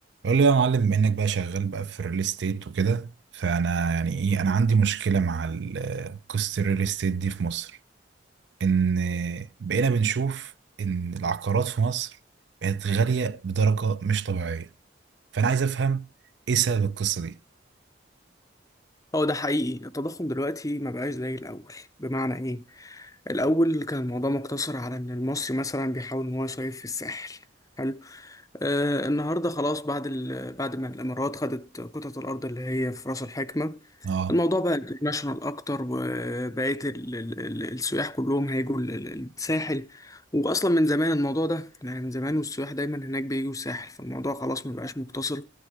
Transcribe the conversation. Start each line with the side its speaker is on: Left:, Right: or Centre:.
Right: قول لي يا معلم بما انك بقى شغال بقى في الريل استيت وكده فانا يعني ايه انا عندي مشكله مع ال- قصه الريل استيت دي في مصر ان بقينا بنشوف ان العقارات في مصر بقت غاليه بدرجه مش طبيعيه فانا عايز افهم ايه سبب القصه دي
Left: هو ده حقيقي التضخم دلوقتي ما بقاش زي الأول بمعنى إيه؟ الأول كان الموضوع مقتصر على إن المصري مثلا بيحاول إن هو يصيف في الساحل حلو آه النهاردة خلاص بعد ال... بعد ما الإمارات خدت قطعة الأرض اللي هي في رأس الحكمة
Right: اه
Left: الموضوع بقى انترناشونال اكتر وبقيت ال- ال- ال- السياح كلهم هيجوا ال- ال- الساحل واصلا من زمان الموضوع ده يعني من زمان والسياح دايما هناك بيجوا الساحل فالموضوع خلاص ما بقاش مقتصر